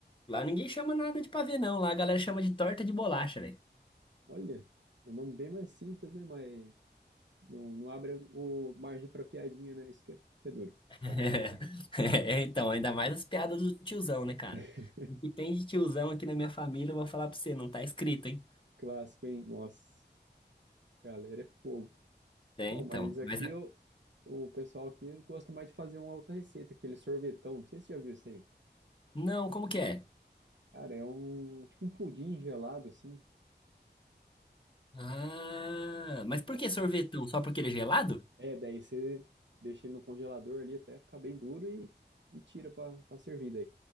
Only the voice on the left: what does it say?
Lá ninguém chama nada de pavê não, lá a galera chama de torta de bolacha, velho.
<laughs> É, então, ainda mais as piadas do tiozão, né, cara?
O que tem de tiozão aqui na minha família, eu vou falar pra você, não tá escrito, hein?
É,
então,
mas... a-
Não, como que é?
Ah, mas por
que sorvetão? Só porque ele é gelado?